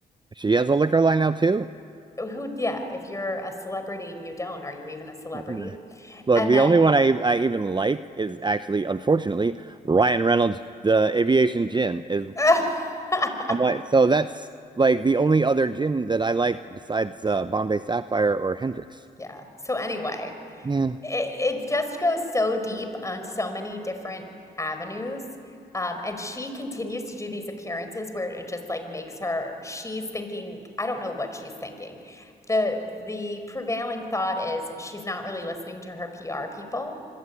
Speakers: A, on the right; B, on the left.
A: She has a liquor line now too.
B: Who, yeah, if you're a celebrity and you don't, are you even a celebrity?
A: And, uh, Look,
B: And
A: the
B: then,
A: only one I I even like is actually, unfortunately, Ryan Reynolds. The aviation gin is
B: <laughs>
A: I'm like, so that's like the only other gin that I like besides uh, Bombay Sapphire or Hendrix.
B: yeah. So anyway.
A: Man.
B: it, it just goes so deep on so many different avenues. Um, and she continues to do these appearances where it just like makes her, she's thinking, I don't know what she's thinking. The the prevailing thought is she's not really listening to her PR people